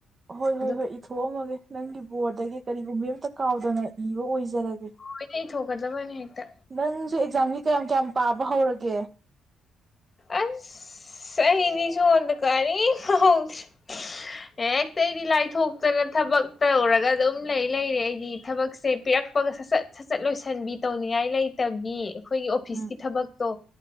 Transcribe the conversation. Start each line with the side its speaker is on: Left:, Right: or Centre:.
Right: ꯍꯣꯏ ꯍꯣꯏ
Left: ꯑꯗꯨ
Right: ꯍꯣꯏ ꯏꯊꯣꯛꯑꯝꯃꯒꯦ ꯅꯪꯒꯤ ꯕꯣꯔꯗꯒꯤ ꯀꯔꯤꯒꯨꯝꯕ ꯑꯃꯝꯇ ꯀꯥꯎꯗꯅ ꯏꯕ ꯑꯣꯏꯖꯔꯒꯦ
Left: ꯂꯣꯏꯅ ꯏꯊꯣꯛꯀꯗꯕꯅꯦ ꯍꯦꯛꯇ
Right: ꯅꯪꯖꯨ ꯑꯦꯛꯖꯥꯝꯒꯤ ꯀꯌꯥꯝ ꯀꯌꯥꯝ ꯄꯥꯕ ꯍꯧꯔꯒꯦ
Left: ꯑꯁ ꯑꯩꯗꯤ ꯁꯣꯟꯗ ꯀꯥꯔꯤꯝ ꯍꯧꯗ꯭ꯔꯦ ꯍꯦꯛꯇ ꯑꯩꯗꯤ ꯂꯥꯏꯊꯣꯛꯇꯅ ꯊꯕꯛ ꯇꯧꯔꯒ ꯑꯗꯨꯝ ꯂꯩ ꯂꯩꯔꯦ ꯑꯩꯗꯤ ꯊꯕꯛꯁꯦ ꯄꯤꯔꯛ ꯄꯒ ꯁꯁꯠ ꯁꯁꯠ ꯂꯣꯏꯁꯟꯕꯤ ꯇꯧꯅꯤꯡꯉꯥꯏ ꯂꯩꯇꯕꯤ ꯈꯣꯏꯒꯤ ꯑꯣꯐꯤꯁꯀꯤ
Right: ꯎꯝ
Left: ꯊꯕꯛꯇꯣ